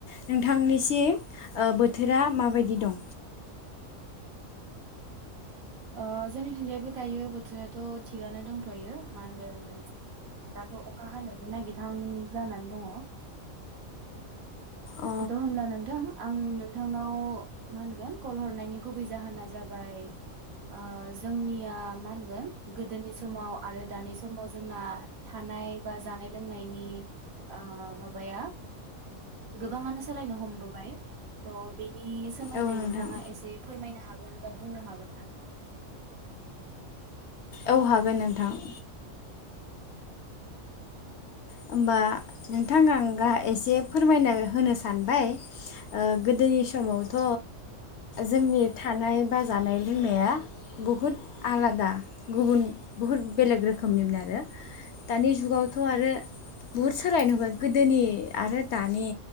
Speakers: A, on the left (about 65°); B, on the right (about 85°).
A: नोंथांनिसि ओ बोथोरा माबायदि दं?
B: ओ जोंनिथिंजायबो दायो बोथोराथ' थिगनो दंथ'यो मा होनगोन? दाथ' अखा हानायानो नागिरहां जानानै दङ।
A: अ
B: त होनब्ला नोंथां आं नोंथांनाव मा होनगोन कल हरनायनि गुबै जाहोना जाबाय बाय ओ जोंनिया मा होनगोन गोदोनि समाव आरो दानि समाव जोंना था नाय बा जानाय लोंनायनि ओ माबाया गोबाङानो सोलायनो हमबोबाय थह बेनि सोमोन्दै
A: औ नोंथां
B: नोंथाङा एसे फोरमायनो हागोन बा बुंनो हागोन ना?
A: औ हागोन नोंथां। होमबा नोंथां आं गाह एसे फोरमायना होनो सानबाय। ओ गोदोनि समावथ' जोंनि थानाय बा जानाय लोंनाया बुहुद आलादा गुबुन बुहुत बेलेग रोखोमनिमोन आरो दानि जुगावथ' आरो बुहुद सोलायनो हुबाय गोदोनि आरो दानि